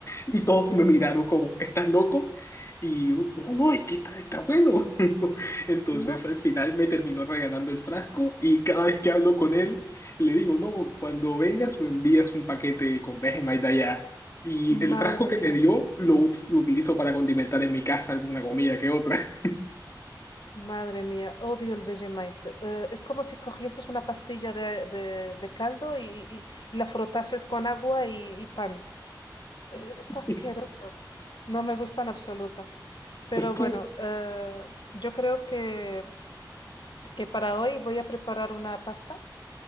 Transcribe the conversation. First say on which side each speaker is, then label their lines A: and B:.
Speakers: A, on the left (about 35°); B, on the left (about 75°).
A: Y todos
B: pero
A: me miraron como, ¿estás loco? Y yo, no, no, es que está, está bueno. <laughs> Entonces
B: no,
A: al final me terminó regalando el frasco y cada vez que hablo con él, le digo, no, cuando vengas me envías un paquete con Vegemite de allá. Y
B: madre
A: el frasco que
B: mía.
A: me dio lo, ut- lo utilizo para condimentar en mi casa alguna comida que otra.
B: Madre mía, odio el Vegemite. Eh, es como si cogieses una pastilla de, de- de caldo y, y- y la frotases con agua y, y pan. Es- Está
A: <laughs>
B: asqueroso. No me gusta en absoluta. Pero
A: Es que,
B: bueno, eh, yo creo que, que para hoy voy a preparar una pasta.